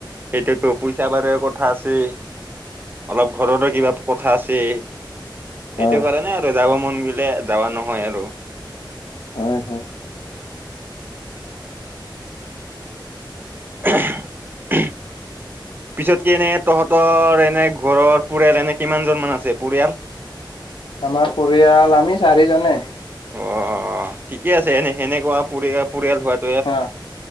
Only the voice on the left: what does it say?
অ
হয়, হয়।
আমাৰ পৰিয়াল আমি চাৰিজনে।
অ',